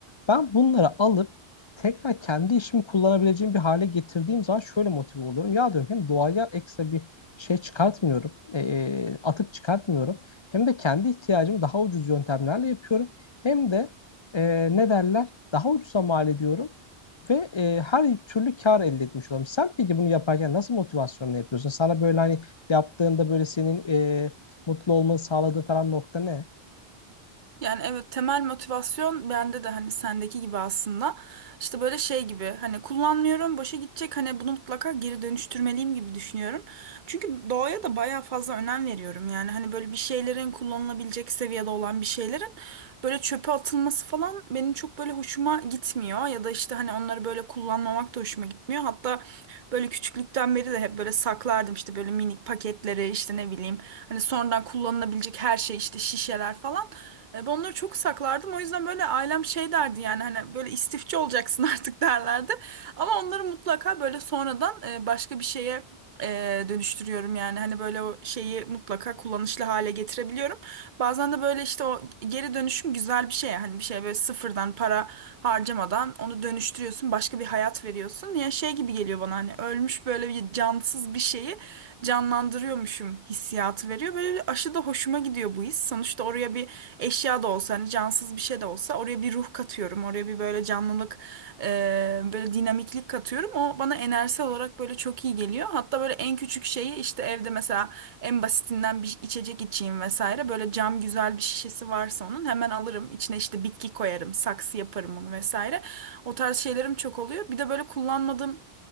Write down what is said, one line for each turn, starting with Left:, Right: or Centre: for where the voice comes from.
Left: Ben bunları alıp tekrar kendi işimi kullanabileceğim bir hale getirdiğim zaman şöyle motive oluyorum. Ya diyorum hem doğaya ekstra bir şey çıkartmıyorum. e, e, atık çıkartmıyorum. Hem de kendi ihtiyacımı daha ucuz yöntemlerle yapıyorum. Hem de e, ne derler daha ucuza mal ediyorum. Ve e, her türlü kar elde etmiş olalım. Sen peki bunu yaparken nasıl motivasyonla yapıyorsun? Sana böyle hani yaptığında böyle senin e, mutlu olmanı sağladığı falan nokta ne?
Right: Yani evet temel motivasyon bende de hani sendeki gibi aslında. İşte böyle şey gibi hani kullanmıyorum boşa gidecek hani bunu mutlaka geri dönüştürmeliyim gibi düşünüyorum. Çünkü doğaya da bayağı fazla önem veriyorum. Yani hani böyle bir şeylerin kullanılabilecek seviyede olan bir şeylerin böyle çöpe atılması falan benim çok böyle hoşuma gitmiyor. Ya da işte hani onları böyle kullanmamak da hoşuma gitmiyor. Hatta böyle küçüklükten beri de hep böyle saklardım işte böyle minik paketleri işte ne bileyim hani sonradan kullanılabilecek her şey işte şişeler falan. E, Ben onları çok saklardım. O yüzden böyle ailem şey derdi yani hani böyle istifçi olacaksın <laughs> artık derlerdi. Ama onları mutlaka böyle sonradan e, başka bir şeye e, dönüştürüyorum yani hani böyle o şeyi mutlaka kullanışlı hale getirebiliyorum. Bazen de böyle işte o geri dönüşüm güzel bir şey. Hani bir şey böyle sıfırdan para harcamadan onu dönüştürüyorsun, başka bir hayat veriyorsun. Ya şey gibi geliyor bana hani ölmüş böyle bir cansız bir şeyi canlandırıyormuşum hissiyatı veriyor. Böyle bir aşı da hoşuma gidiyor bu his. Sonuçta oraya bir eşya da olsa hani cansız alakasız bir şey de olsa oraya bir ruh katıyorum. Oraya bir böyle canlılık, e, böyle dinamiklik katıyorum. O bana enerjisel olarak böyle çok iyi geliyor. Hatta böyle en küçük şeyi işte evde mesela en basitinden bir içecek içeyim vesaire. Böyle cam güzel bir şişesi varsa onun hemen alırım. İçine işte bitki koyarım, saksı yaparım onu vesaire. O tarz şeylerim çok oluyor. Bir de böyle kullanmadığım